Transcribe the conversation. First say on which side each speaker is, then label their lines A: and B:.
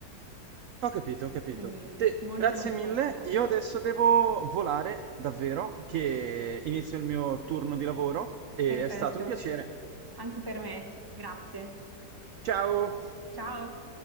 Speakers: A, on the right; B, on the right.
A: Ho capito, ho capito.
B: quindi
A: Te-
B: molto
A: grazie
B: molto
A: mille.
B: consigliata.
A: Io adesso devo volare, davvero, che inizio il mio turno di lavoro e
B: Perfetto,
A: è stato un piacere.
B: anche per me, grazie.
A: Ciao!
B: Ciao,